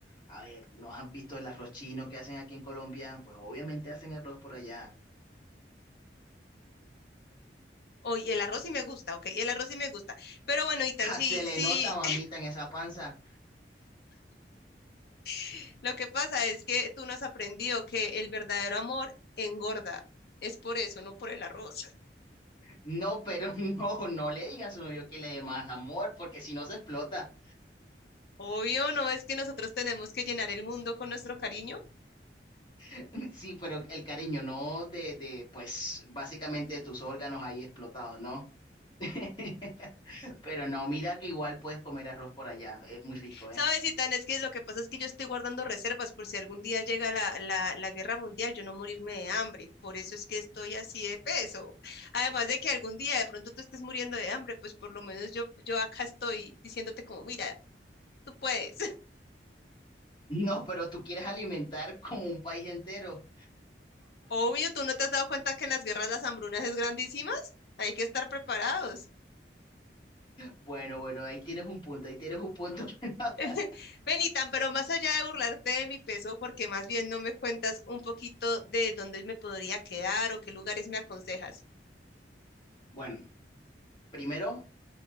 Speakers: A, on the left (about 25°); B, on the left (about 60°).
A: a ver, ¿no has visto el arroz chino que hacen aquí en Colombia? Pues obviamente hacen arroz por allá.
B: Oh, y el arroz sí me gusta, ok, y el arroz sí me gusta. Pero bueno,
A: <laughs>
B: Itan,
A: ¡Ja!
B: sí,
A: Se le
B: sí,
A: nota, mamita, en esa panza.
B: <laughs> lo que pasa es que tú no has aprendido que el verdadero amor engorda. Es por eso, no por el arroz.
A: No, pero <laughs> no, no le digas a uno yo que le dé más amor, porque si no se explota.
B: Obvio, no es que nosotros tenemos que llenar el mundo con nuestro cariño.
A: <laughs> Sí, pero el cariño, no de, de, pues, básicamente de tus órganos ahí explotados, ¿no? <laughs> Pero no, mira que igual puedes comer arroz por allá, es muy rico, ¿eh?
B: Sabes, Itan, es que lo que pasa es que yo estoy guardando reservas por si algún día llega la, la, la guerra mundial, yo no morirme de hambre. Por eso es que estoy así de peso. Además de que algún día de pronto tú estés muriendo de hambre, pues por lo menos yo, yo acá estoy diciéndote como, mira, tú puedes.
A: No, pero tú quieres alimentar como un país entero.
B: Obvio, ¿tú no te has dado cuenta que en las guerras las hambrunas es grandísimas? Hay que estar preparados.
A: Bueno, bueno, ahí tienes un punto, ahí tienes un punto. <laughs>
B: <laughs> Benitan, pero más allá de burlarte de mi peso, porque más bien no me cuentas un poquito de dónde me podría quedar o qué lugares me aconsejas.
A: Bueno, primero